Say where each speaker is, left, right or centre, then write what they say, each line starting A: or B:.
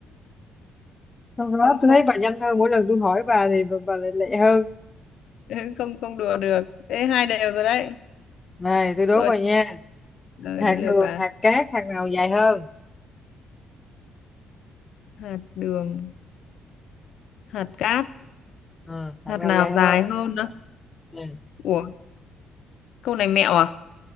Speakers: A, on the left; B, on the left.
A: Sau đó
B: không
A: tôi
B: không
A: thấy bà nhanh hơn mỗi lần tôi hỏi bà thì bà, bà lại lẹ hơn.
B: <laughs> không không đùa được ê hai đều rồi đấy
A: Này tôi đố
B: rồi
A: bà nha.
B: rồi
A: Hạt
B: đến lượt
A: đường,
B: bà
A: hạt cát, hạt nào dài hơn?
B: hạt đường hạt cát
A: Ừ, hạt
B: hạt
A: nào
B: nào
A: dài
B: dài
A: hơn?
B: hơn đó
A: Ừ.
B: ủa câu này mẹo à